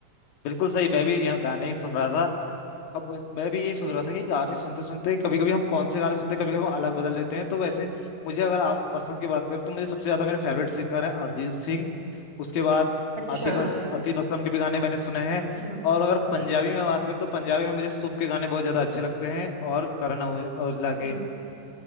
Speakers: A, on the left (about 65°); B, on the right (about 15°).
A: बिल्कुल सही मैं भी यहाँ गाने ही सुन रहा था अब मैं मैं भी यही सोच रहा था कि गाने सुनते सुनते कभी कभी हम कौन से गाने सुनते हैं, कभी कभी हम अलग बदल लेते हैं तो वैसे मुझे अगर आप पसंद की बात करें तो मुझे सबसे ज्यादा मेरे फेवरेट सिंगर है अरिजीत सिंह उसके बाद
B: अच्छा
A: आतिफ अस, आतिफ असलम के भी गाने मैंने सुने हैं
B: हम्म
A: और अगर पंजाबी में बात करें तो पंजाबी में मुझे सूप के गाने बहुत ज्यादा अच्छे लगते हैं और करण औज- औजला के
B: हम्म